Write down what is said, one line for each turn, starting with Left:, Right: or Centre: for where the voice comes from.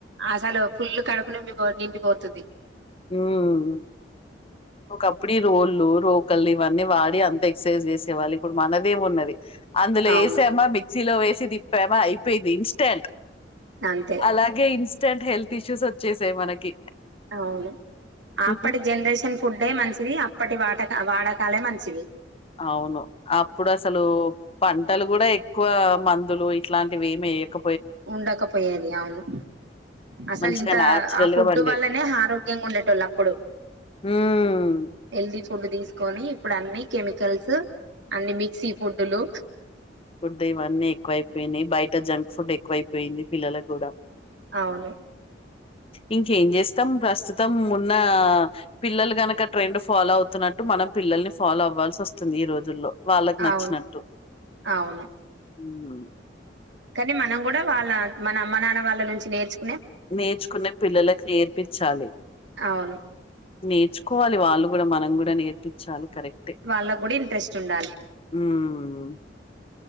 Right: అసలు ఫుల్ కడపు నింమిపో నిండిపోతుంది
Left: ఉమ్ ఒకప్పుడు ఈ రోళ్ళు రోకలు ఇవన్నీ వాడి అంత ఎక్సర్సైజ్ చేసేవాళ్ళు ఇప్పుడు మనదేం ఉన్నది అందులో
Right: అవును.
Left: ఏసామ్మా మిక్సీలో వేస్ చి తిప్పమా అయిపోయింది ఇన్స్టెంట్
Right: అంతే.
Left: అలాగే ఇన్స్ స్టంట్ హెల్త్ ఇష్యూస్ వచ్చేసాయి మనకి
Right: అవును అప్పటి
Left: హుహు.
Right: జనరేషన్ ఫుడే మంచిది అప్పటి వాట వాడకాలే మంచివి
Left: అవును అప్పుడు అసలు పంటలు కూడా ఎక్కువ ఆ మందులు ఇట్లాంటివి ఏమి ఏయక
Right: ఉండకపోయేది అవును అసలు
Left: మంచిగా
Right: ఇంత
Left: నేచురల్‌గా
Right: ఆ ఫుడ్
Left: పండేవి.
Right: వల్లనే ఆరోగ్యంగా ఉండేట వాళ్ళు అప్పుడు
Left: హ్మ్.
Right: హెల్తీ ఫుడ్ తీసుకొని ఇప్పుడు అన్ని కెమికల్స్ అన్ని మిక్సీ ఫుడ్లు
Left: ఫుడ్ ఇవన్నీ ఎక్కువైపోయినాయి బయట జంక్ ఫుడ్ ఎక్కువైపోయింది పిల్లలకు కూడా
Right: అవును
Left: ఇంకేం చేస్తాం ప్రస్తుతం ఉన్న పిల్లలు గనక ట్రెండ్ ఫాలో అవుతున్నట్టు, మనం పిల్లల్ని ఫాలో అవ్వాల్సి వస్తుంది, ఈ రోజుల్లో వాళ్ళకి నచ్చినట్టు
Right: అవును. అవును
Left: ఉ
Right: కానీ మనం కూడా వాళ్ళ మన అమ్మ నాన్న వాళ్ళ నుంచి నేర్చు
Left: నేర్చుకునే పిల్లలలకు నేర్పించాలి
Right: అవును.
Left: నేర్చుకోవాలి వాళ్ళు కూడా మనం కూడా నేర్పించాలి కరెక్టే
Right: వాళ్ళకు కూడా ఇంట్రెస్ట్ ఉండాలి
Left: మ్మ్